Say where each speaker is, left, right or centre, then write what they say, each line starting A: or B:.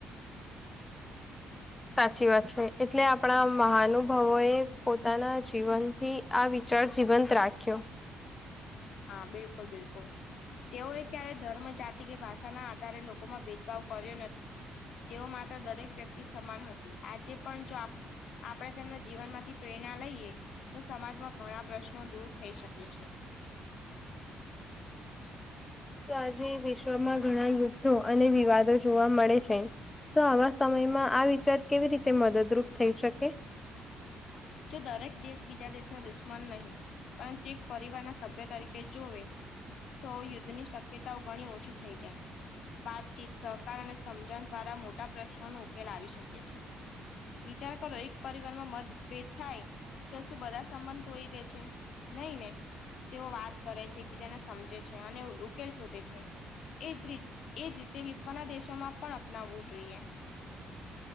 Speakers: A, on the left (about 20°); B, on the left (about 70°).
A: સાચી વાત છે એટલે આપણા મહાનુભાવો એ પોતાના જીવનથી આ વિચાર જીવંત રાખ્યો
B: હા બિલકુલ બિલકુલ તેઓએ ક્યારેય ધર્મ જાતિ કે ભાષાના આધારે લોકોમાં ભેદભાવ કર્યો નથી તેઓ માત્ર દરેક વ્યક્તિ સમાન હતી આજે પણ જો આપણે તેમના જીવન માંથી પ્રેરણા લઈએ તો સમાજમાં ઘણા પ્રશ્નો દૂર થઈ શકે છે
A: તો આજે વિશ્વમાં ઘણા યુદ્ધો અને વિવાદો જોવા મળે છે તો આવા સમયમાં આ વિચાર કેવી રીતે મદદરૂપ થઈ શકે
B: જો દરેક દેશ બીજા દેશને દુશ્મન નહીં પરંતુ એક પરિવારના સભ્ય તરીકે જોવે તો યુદ્ધની શક્યતાઓ ઘણી ઓછી થઈ જાય વાતચીત સહકાર અને સમજણ દ્વારા મોટા પ્રશ્નોનો ઉકેલ આવી શકે છે વિચાર કરો એક પરિવાર માં મત ભેદ થાય તો શું બધા સંબંધ તોડી દે છે નહી નને તેઓ વાત કરે છે એકબીજાને સમજે છે અને ઉકેલ શોધે છે એજ ર એજ રીતે વિશ્વના દેશોમાં પણ અપનાવવું જોઈએ